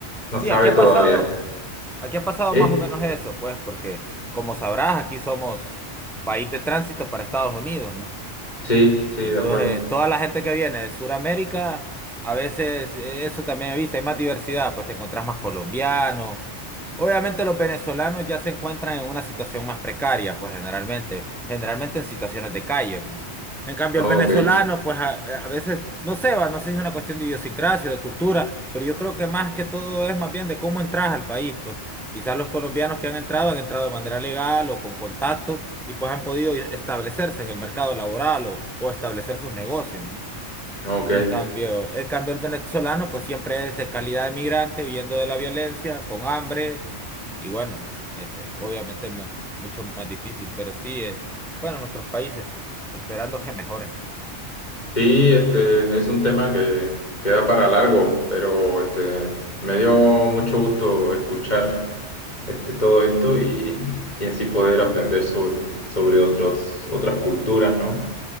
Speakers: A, on the left; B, in the centre.
A: no
B: sí,
A: sabe
B: aquí ha
A: todavía.
B: pasado. Aquí ha pasado
A: ¿Eh?
B: más o menos eso, pues, porque como sabrás, aquí somos país de tránsito para Estados Unidos, ¿no?
A: Sí, sí,
B: Entonces,
A: de acuerdo.
B: toda la gente que viene de Sudamérica, a veces eh, eso también he visto, hay más diversidad, pues te encontrás más colombianos. Obviamente los venezolanos ya se encuentran en una situación más precaria, pues generalmente, generalmente en situaciones de calle, pues. En cambio,
A: Ok,
B: el venezolano, pues a, eh, a veces, no sé, va, no sé si es una cuestión de idiosincrasia, de cultura, pero yo creo que más que todo es más bien de cómo entras al país, pues. Quizás los colombianos que han entrado han entrado de manera legal o con contactos y pues han podido establecerse en el mercado laboral o, o establecer sus negocios, ¿no?
A: ok.
B: En cambio, en cambio el venezolano pues siempre es en calidad de migrante, huyendo de la violencia, con hambre y bueno, este, obviamente mu- mucho más difícil, pero sí, eh, bueno, nuestros países, esperando que mejoren.
A: Sí, este es un tema que, que da para largo, pero este me dio mucho gusto escuchar este todo esto y, y así poder aprender sobre, sobre otros, otras culturas, ¿no?